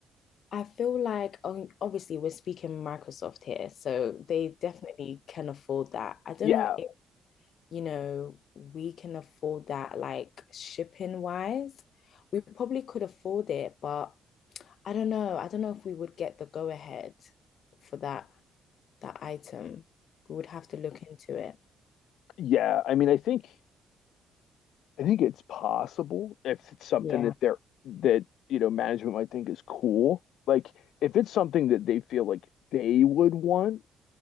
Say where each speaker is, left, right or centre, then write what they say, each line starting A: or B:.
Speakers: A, on the left; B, on the left.
A: I feel like um, obviously we're speaking Microsoft here, so they definitely can afford that. I don't
B: yeah,
A: know if, you know, we can afford that like shipping wise. We probably could afford it, but I don't know. I don't know if we would get the go ahead for that that item. We would have to look into it.
B: yeah. I mean, I think I think it's possible if it's something
A: Yeah.
B: that they're that you know management might think is cool. Like if it's something that they feel like they would want,